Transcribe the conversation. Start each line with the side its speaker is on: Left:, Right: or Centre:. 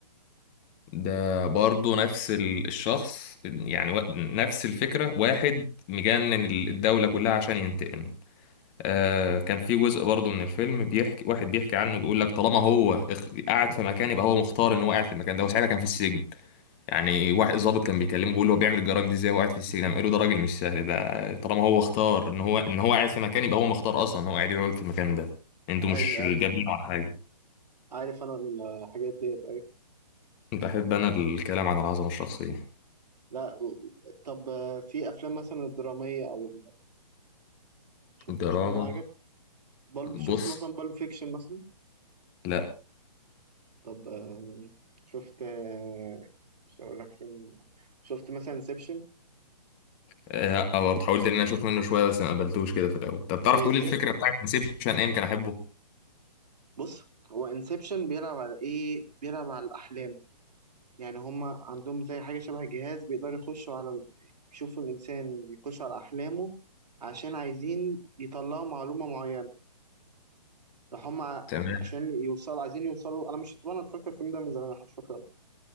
Left: ده برضه نفس ال- الشخص يعني وا- نفس الفكرة واحد مجنن ال- الدولة كلها عشان ينتقم آه كان في جزء برضه من الفيلم بيحكي واحد بيحكي عنه بيقول لك طالما هو اخ- قاعد في مكان يبقى هو مختار ان هو قاعد في المكان ده وساعتها كان في السجن يعني واحد ضابط كان بيكلمه بيقول له هو بيعمل الجرائم دي ازاي وقاعد في السجن قام قال له ده راجل مش سهل ده طالما هو اختار ان هو ان هو قاعد في مكان يبقى هو مختار اصلا ان هو قاعد يقعد في المكان ده انتوا
Right: ايوه
Left: مش
Right: أيوة.
Left: جابينه على حاجة
Right: عارف انا الحاجات ديت ايوه
Left: بحب انا الكلام عن العظمة الشخصية
Right: لا و- طب آه، في افلام مثلا الدراميه او ال... شوف بتشوف
Left: دراما
Right: منها حاجه بالب شفت
Left: بص
Right: مثلا بالب فيكشن مثلا
Left: لا
Right: طب آه، شفت آه، مش هقول لك فيلم شفت مثلا انسبشن
Left: آه، برضه حاولت ان انا اشوف منه شويه بس ما قبلتوش كده في الاول طب تعرف
Right: ليه
Left: تقولي
Right: زياد
Left: الفكره بتاعت انسبشن ايه يمكن احبه
Right: بص هو انسبشن بيلعب على ايه بيلعب على الاحلام يعني هما عندهم زي حاجه شبه جهاز بيقدروا يخشوا على ال- يشوفوا الانسان يخش على احلامه عشان عايزين يطلعوا معلومه معينه راح هما ع-
Left: تمام
Right: عشان يوصلوا عايزين يوصلوا انا مش طبعا أنا اتفرجت على الفيلم ده من زمان انا مش فاكره